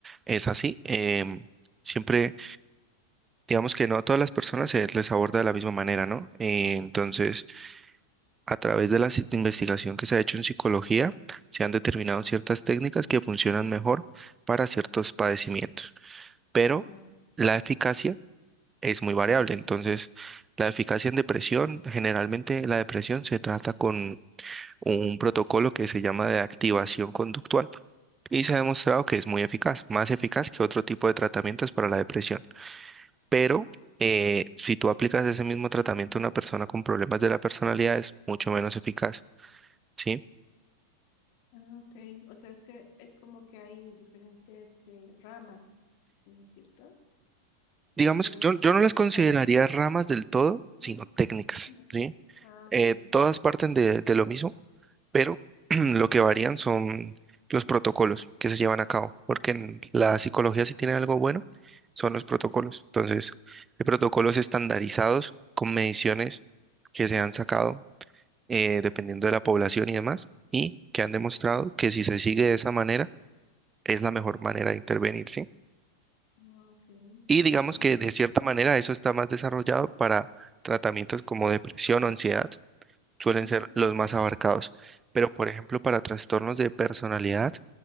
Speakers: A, on the right; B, on the left.
A: es así. em, siempre, digamos que no a todas las personas se les aborda de la misma manera, ¿no? Eh, entonces... A través de la ci- investigación que se ha hecho en psicología, se han determinado ciertas técnicas que funcionan mejor para ciertos padecimientos, pero
B: No.
A: la eficacia es muy variable. Entonces, la eficacia en depresión, generalmente la depresión se trata con un protocolo que se llama de activación conductual y se ha demostrado que es muy eficaz, más eficaz que otro tipo de tratamientos para la depresión. Pero eh, si tú aplicas ese mismo tratamiento a una persona con problemas de la personalidad, es mucho menos eficaz. ¿sí?
B: Ah, ok. O sea, es que es como que hay diferentes eh, ramas, ¿no es cierto?
A: digamos
B: de
A: que
B: la
A: yo,
B: psicología
A: yo no las consideraría
B: para...
A: ramas del todo, sino
B: Ah,
A: técnicas,
B: ya.
A: ¿sí?
B: Ah, ok.
A: Eh, todas parten de, de lo mismo, pero <clears throat> lo que varían son los protocolos que se llevan a cabo, porque en la psicología si tiene algo bueno son los protocolos. Entonces, hay protocolos estandarizados con mediciones que se han sacado eh, dependiendo de la población y demás, y que han demostrado que si se sigue de esa manera, es la mejor manera de intervenir, ¿sí?
B: No, ok.
A: Y digamos
B: Bueno,
A: que de cierta manera eso está más desarrollado para tratamientos como depresión o ansiedad, suelen
B: ujú.
A: ser los más abarcados. Pero, por ejemplo, para trastornos de personalidad,